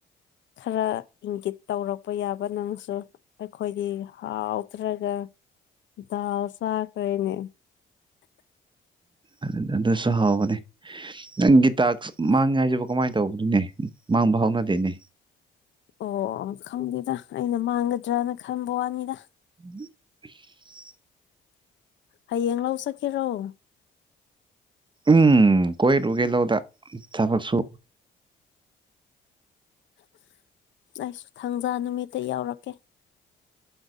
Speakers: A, on the left (about 70°); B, on the right (about 25°).
A: ꯈꯔ ꯏꯪꯒꯤꯠ ꯇꯧꯔꯛꯄ ꯌꯥꯕ ꯅꯪꯁꯨ ꯑꯩꯈꯣꯏꯗꯤ ꯍꯥꯎꯇ꯭ꯔꯒ ꯗꯥꯜ ꯆꯥꯈ꯭ꯔꯦꯅꯦ
B: ꯑꯗꯨ ꯑꯗꯨꯁꯨ ꯍꯥꯎꯕꯅꯦ ꯅꯪꯒꯤ ꯇꯥꯛꯁ ꯃꯥꯡꯉꯦ ꯍꯥꯏꯁꯤꯕꯨ ꯀꯃꯥꯏ ꯇꯧꯕꯅꯨꯅꯦ ꯃꯥꯡꯕ ꯍꯧꯅꯗꯦꯅꯦ
A: ꯑꯣ ꯈꯪꯗꯦꯗ ꯑꯩꯅ ꯃꯥꯡꯒꯗ꯭ꯔꯅ ꯈꯟꯕ ꯋꯥꯅꯤꯗ
B: <unintelligible>
A: ꯍꯌꯦꯡ ꯂꯧ ꯆꯠꯀꯦꯔꯣ
B: ꯎꯝ ꯀꯣꯏꯔꯨꯒꯦ ꯂꯧꯗ ꯊꯕꯛ ꯁꯨ
A: ꯑꯩꯁꯨ ꯊꯪꯖꯥ ꯅꯨꯃꯤꯠꯇ ꯌꯥꯎꯔꯛꯀꯦ